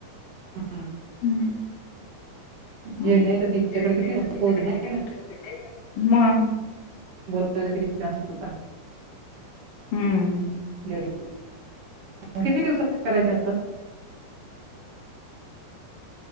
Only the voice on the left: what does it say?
हम्म हम्म
एवढ्यात
तिच्याकड
किती
लोक प पाहिली ना म
हम्म